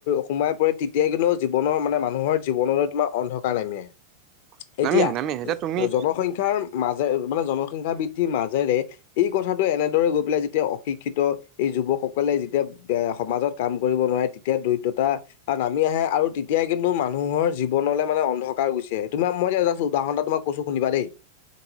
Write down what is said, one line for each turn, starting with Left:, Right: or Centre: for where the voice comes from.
Left: সোমাই পৰে তেতিয়াই কিন্তু জীৱনৰ মানে মানুহৰ জীৱনলৈ তোমাৰ অন্ধকাৰ নামি আহে।
Right: <inaudible> নামি
Left: এতিয়া
Right: আহে নামি আহে এতিয়া তুমি
Left: জনসংখ্যাৰ মাজে মানে জনসংখ্যা বৃদ্ধিৰ মাজেৰে এই কথাটো এনেদৰে গৈ পেলাই যেতিয়া অশিক্ষিত এই যুৱকসকলে যেতিয়া সমাজত কাম কৰিব নোৱাৰে তেতিয়া দৰিদ্ৰতা নামি আহে আৰু তেতিয়াই কিন্তু মানুহৰ জীৱনলৈ মানে অন্ধকাৰ গুছি আহে, তোমাক মই জাষ্ট এটা উদাহৰণটা তোমাক কৈছোঁ শুনিবা দেই